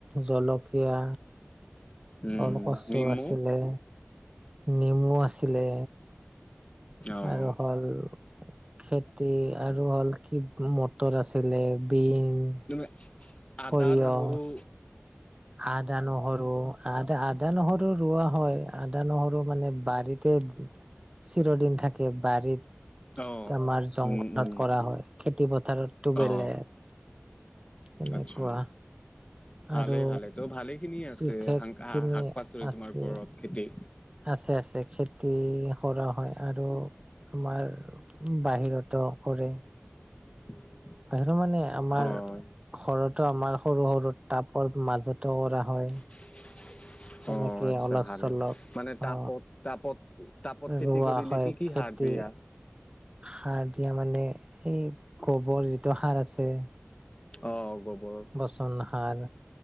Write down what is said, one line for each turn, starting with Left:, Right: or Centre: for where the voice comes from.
Right: জলকীয়া
Left: উম
Right: ওলকচু
Left: নীমু
Right: আছিলে নেমু আছিলে
Left: অঁ
Right: আৰু হ'ল খেতি আৰু হ'ল কি ম তৰ আছিলে বিন
Left: তুমি
Right: সৰিয়হ
Left: আদা নহৰু
Right: আদা নহৰু আদা আ আদা নহৰু ৰোৱা হয় আদা নহৰু মানে বাৰীতে চিৰদিন থাকে বাৰীত
Left: অঁ
Right: আমাৰ জংঘলত
Left: উম উম
Right: কৰা হয় খেতি পথাৰতটো বেলেগ
Left: অঁ
Right: এনেকুৱা
Left: আচ্ছা ভালে
Right: আৰু
Left: ভালে ত' ভালে খিনিয়ে আছে
Right: বিশেষ
Left: শাক
Right: খিনি
Left: পাচলি
Right: আছে
Left: তোমাৰ ঘৰত খেতি
Right: আছে আছে খেতি সৰহ হয় আৰু আমাৰ বাহিৰতো কৰে
Left: <inaudible>
Right: তাৰ মানে আমাৰ
Left: হয়
Right: ঘৰতো আমাৰ সৰু সৰু টাপৰ মাজতো কৰা হয়
Left: <unintelligible>
Right: তেনেকে
Left: অ আচ্ছা
Right: অলপ
Left: ভালে
Right: চলপ
Left: মানে তাপত
Right: অ
Left: তাপত তাপত খেতি
Right: ৰোৱা
Left: কৰিলে
Right: হয়
Left: কি কি
Right: খেতি
Left: হাৰ দিয়া
Right: সাৰ দিয়া মানে এই গোবৰ যিটো সাৰ আছে
Left: অ গোবৰ
Right: পচন সাৰ